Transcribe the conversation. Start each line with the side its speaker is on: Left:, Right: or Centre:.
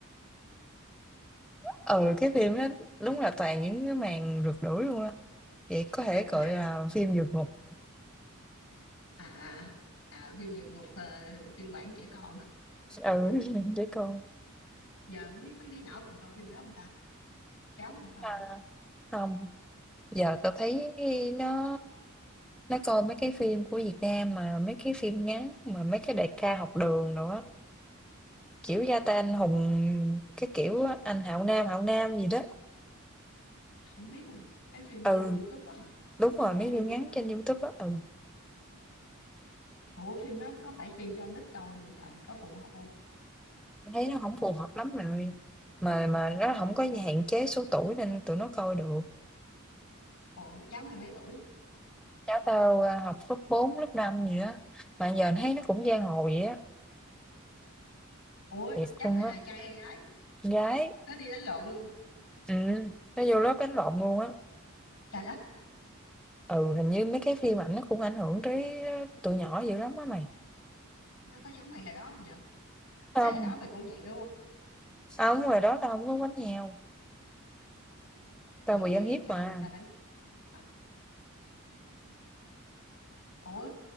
Centre: Ừ, cái phim đó đúng là toàn những cái màn rượt đuổi luôn á. Vậy có thể
Left: ừ.
Centre: gọi là phim vượt ngục.
Left: À, à phim Vượt Ngục ờ, phiên bản trẻ con.
Centre: Ừ, <laughs> để coi.
Left: Giờ không biết mấy đứa nhỏ còn coi phim đó không ta? Cháu mà coi
Centre: À,
Left: không?
Centre: không, giờ tao thấy nó nó coi mấy cái phim của Việt Nam mà mấy cái phim ngắn mà mấy cái đại ca học đường nữa, kiểu Gia Tay Anh Hùng cái kiểu á, anh Hạo Nam Hạo Nam gì đó.
Left: Không biết mà. Cái phim
Centre: Ừ,
Left: trên YouTube á hả?
Centre: đúng rồi mấy
Left: Phim
Centre: phim
Left: YouTube
Centre: ngắn
Left: á
Centre: trên
Left: hả?
Centre: YouTube á. Ừ,
Left: Ủa phim đó có phải phim cho con nít coi không vậy trời? Có phù hợp không?
Centre: tao thấy nó không phù hợp lắm rồi. Mà mà nó không có hạn chế số tuổi nên tụi nó coi được.
Left: Ủa cháu mày mấy tuổi?
Centre: Cháu tao, a, học lớp 4 lớp 5 gì á, mà giờ thấy nó cũng giang hồ vậy á,
Left: Ủa
Centre: thiệt
Left: cháu
Centre: luôn
Left: mày
Centre: á,
Left: là trai hay gái?
Centre: con gái,
Left: Nó đi đánh lộn luôn hả?
Centre: ừm, nó vô lớp đánh lộn luôn á.
Left: Trời đất,
Centre: Ừ, hình như mấy cái phim ảnh nó cũng ảnh hưởng tới, ơ, tụi nhỏ dữ lắm á mày.
Left: nó có giống mày hồi đó không giờ?
Centre: không,
Left: Cái hồi đó mày cũng vậy đúng không?
Centre: hông, ngoài đó tao không có quánh nhau, tao
Left: Mày
Centre: bị
Left: ghê,
Centre: ăn hiếp
Left: coi
Centre: mà.
Left: người ta đánh. À. Ủa